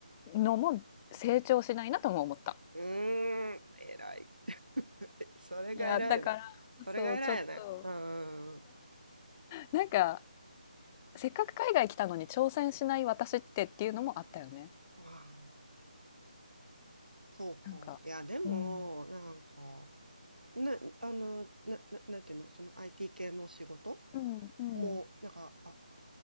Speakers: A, on the left; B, on the right.
A: のも成長しないなとも思った。
B: うん。うーん、偉い。<laughs> それが偉いな。
A: いや、だから、
B: それが偉いね。
A: そう、ちょっと、
B: うんうんうん。
A: なんか、せっかく海外来たのに挑戦しない私ってっていうのもあったよね。
B: ああ、そうか。
A: なんか、
B: いや、でも、
A: うん、
B: なんか、な、あの、な、な、なんていうの、その IT 系の仕事
A: うん、うん、
B: もう、なんか、あ、